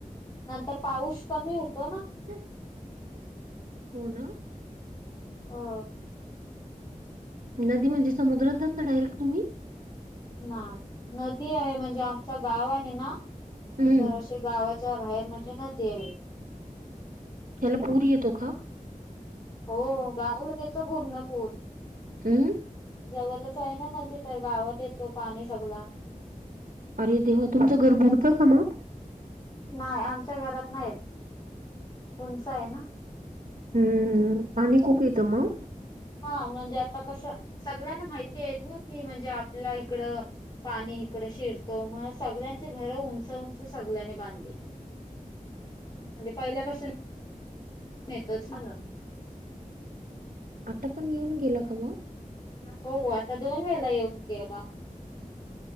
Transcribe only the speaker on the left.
नंतर पाऊस कमी होतो ना.
हो
नाय नदी आहे म्हणजे आमचा गाव आहे ना
तर अश गावाच्या बाहेर म्हणजे नदी आहे.
हो, गावात येतो पूर्ण पूर.
जवळच आहे ना नदी, तर गावात येतो पाणी सगळा.
नाही आमच्या घरात नाही येत, उंच आहे ना.
हा, म्हणजे आता कसं, सगळ्यांना माहिती आहेत ना की म्हणजे आपला इकडं पाणी इकडे शिरतो, मग सगळ्यांची घर उंच उंच सगळ्यांनी बांधली. आणि ते पहिल्यापासून नेतोच न ल
हो हो, आता दोन वेळेला येऊन गेला.